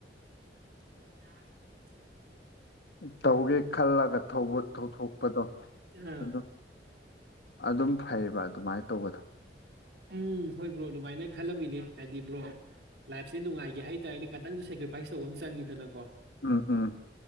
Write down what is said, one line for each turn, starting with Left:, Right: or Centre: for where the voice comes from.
Right: ꯗ
Left: ꯇꯧꯒꯦ ꯈꯜꯂꯒ ꯊ ꯊꯧꯊꯣꯛꯄꯗꯣ
Right: ꯑ
Left: ꯑꯗꯨꯝ ꯑꯗꯨꯝ ꯐꯩꯔꯤꯕ ꯑꯗꯨꯃꯥꯏꯅ ꯇꯧꯕꯗꯣ
Right: ꯎꯝ ꯍꯣꯏ ꯕ꯭ꯔꯣ ꯑꯗꯨꯃꯥꯏꯅ ꯈꯜꯂꯝꯃꯤꯅꯦ ꯍꯥꯏꯗꯤ ꯕ꯭ꯔꯣ ꯂꯥꯏꯐꯁꯦ ꯅꯨꯡꯉꯥꯏꯒꯦ ꯍꯥꯏꯇꯥꯥꯔꯗꯤ ꯈꯤꯇꯪꯁꯨ ꯁꯦꯡ ꯁꯦ꯭ꯔꯤꯐꯥꯏꯁ ꯇꯧꯕ ꯑꯃ ꯆꯪꯈꯤꯗꯀꯣ
Left: ꯎꯝ ꯎꯝ